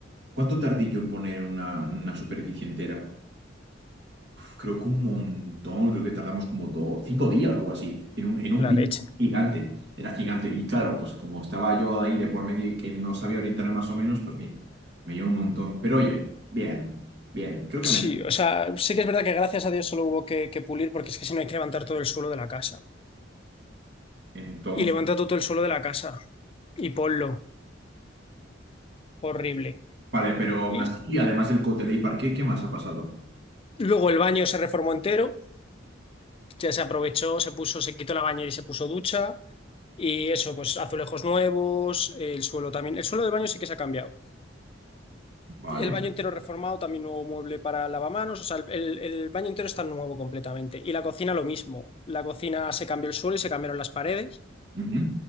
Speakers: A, on the right (about 65°); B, on the left (about 30°).
A: ¿cuánto tardé yo en poner una, una superficie entera? creo que un montón, creo que tardamos como dos, cinco días o algo así, en un, en un
B: la
A: piso
B: leche.
A: gigante, era gigante. Y claro, pues como estaba yo ahí de por medio y que no sabía orientarme más o menos, pues bien, me llevó un montón. Pero oye, bien, bien, creo que me...
B: Sí, o sea, sí que es verdad que gracias a Dios solo hubo que, que pulir porque es que si no hay que levantar todo el suelo de la casa.
A: Entonces,
B: y levanta todo el suelo de la casa y ponlo. Horrible.
A: vale, pero aún
B: Y
A: así, además del Cotelé y Parque, ¿qué más ha pasado?
B: luego el baño se reformó entero, ya se aprovechó, se puso, se quitó la bañera y se puso ducha. Y eso, pues azulejos nuevos, el suelo también. El suelo del baño sí que se ha cambiado.
A: Vale.
B: El baño entero reformado, también nuevo mueble para lavamanos. O sea, el, el baño entero está nuevo completamente. Y la cocina lo mismo. La cocina se cambió el suelo y se cambiaron las paredes.
A: ujú.